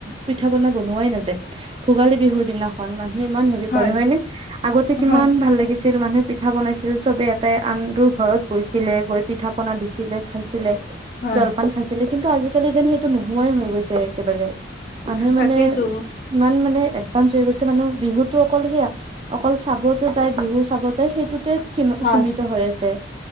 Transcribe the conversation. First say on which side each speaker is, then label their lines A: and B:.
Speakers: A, on the right (about 30°); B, on the left (about 50°).
A: পিঠা বনা বনোৱাই নাযায় ভোগালী বিহুৰ দিনাখন মানুহে ইমান হেৰি
B: হয়
A: কৰে হয়নে আগতে কিমান
B: হয়
A: ভাল লাগিছিল মানুহে পিঠা বনাইছিল, চবে এটাই আন টুৰ ঘৰত গৈছিলে, গৈ পিঠা-পনা দিছিলে খাইছিলে
B: হয়
A: জলপান খাইছিলে কিন্তু আজিকালি যেন সেইটো নোহোৱাই হৈ গৈছে একেবাৰে মানুহে
B: তাকেইতো
A: মানে ইমান মানে এডভান্স হৈ গৈছে মানুহ বিহুটো অকল সেয়া অকল চাব যে যায় বিহু চাব যায় সেইটোতে সিম
B: হয়।
A: সীমিত হৈ আছে